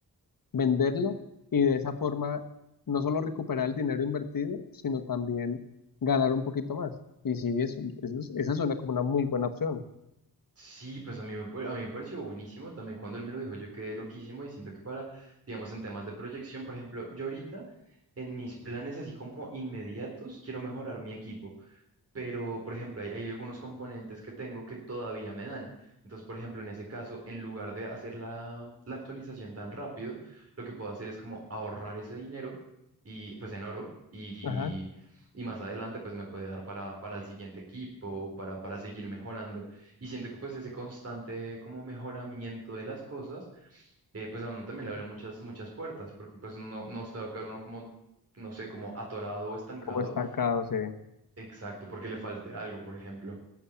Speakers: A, on the left (about 60°); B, on the right (about 40°).
A: venderlo y de esa forma no solo recuperar el dinero invertido, sino también ganar un poquito más. Y sí, eso, eso es- esa suena como una muy buena opción.
B: Sí, pues a mí me, pare- a mí me pareció buenísimo. También cuando él me lo dijo, yo quedé loquísimo y siento que para, digamos, en temas de proyección, por ejemplo, yo ahorita en mis planes así como inmediatos, quiero mejorar mi equipo pero por ejemplo, hay, hay algunos componentes que tengo que todavía me dan. Entonces, por ejemplo, en ese caso, en lugar de hacer la, la actualización tan rápido, lo que puedo hacer es como ahorrar ese dinero y pues en oro y,
A: Ajá,
B: y más adelante pues me puede dar para, para el siguiente equipo, para, para seguir mejorando. Y siento que pues ese constante como mejoramiento de las cosas, eh, pues a uno también le abre muchas, muchas puertas, porque pues no, no se va a quedar uno como, no sé, como atorado o estancado
A: como estancado, sí.
B: Exacto, porque le falte algo, por ejemplo.